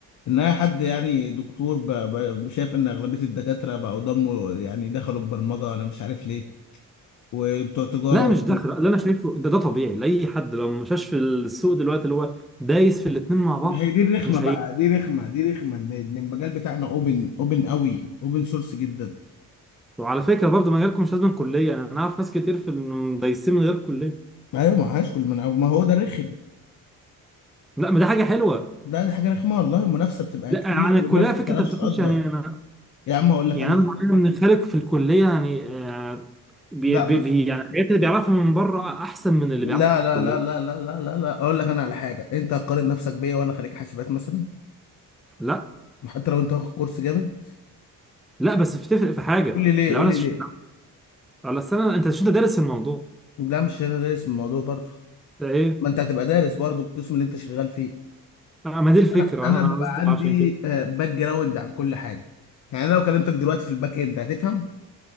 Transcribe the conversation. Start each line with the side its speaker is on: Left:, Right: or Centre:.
Left: ان اي حد يعني دكتور ب- ب- شايف ان اغلبيه الدكاتره بقوا ضموا يعني دخلوا البرمجه انا مش عارف ليه وبتوع تجاره
Centre: لا
Left: وحقوق
Centre: مش داخل اللي انا شايفه ده ده طبيعي لاي حد لو ما مشاش في السوق دلوقتي اللي هو دايس في الاتنين مع بعض
Left: ما هي دي الرخمه
Centre: مش
Left: بقى
Centre: هي
Left: دي رخمه دي رخمه ان إن المجال بتاعنا اوبن اوبن قوي اوبن سورس جدا
Centre: وعلى فكره برضه مجالكم مش لازم كليه انا أنا اعرف ناس كتير في ال- دايسين من غير كليه
Left: ايوه ما هاش كل من ما هو ده رخم
Centre: لا ما دي حاجه حلوه
Left: لا دي حاجه رخمه والله المنافسه بتبقى
Centre: لا
Left: كتير
Centre: عن الكليه
Left: والناس
Centre: فكره
Left: ما بتعرفش
Centre: انت ما بتاخدش
Left: تقدر
Centre: يعني انا
Left: يا عم اقول لك
Centre: يعني
Left: انا
Centre: انا معايا
Left: <clears throat>
Centre: من خالق في الكليه يعني آه، بي
Left: لا
Centre: بي
Left: بس
Centre: بي- يعني الحاجات اللي بيعرفها من بره احسن من اللي
Left: لا
Centre: بيعرفها في
Left: لا
Centre: الكليه
Left: لا لا لا لا لا لا اقول لك انا على حاجه انت هتقارن نفسك بيا وانا خريج حاسبات مثلا
Centre: لا
Left: حتى لو انت واخد كورس جامد
Centre: لا بس بتفرق في حاجه
Left: قول لي ليه
Centre: لو
Left: قول
Centre: انا
Left: لي
Centre: ش...
Left: ليه
Centre: على السنه انت مش انت دارس الموضوع
Left: لا مش انا دارس من الموضوع برضو
Centre: ده ايه
Left: ما انت هتبقى دارس برضو القسم اللي انت شغال فيه
Centre: آه، ما دي الفكره
Left: انا انا
Centre: انا
Left: بيبقى
Centre: قصدي
Left: عندي
Centre: عشان كده
Left: آه، باك جراوند عن كل حاجه يعني أنا لو كلمتك دلوقتي في الباك اند هتفهم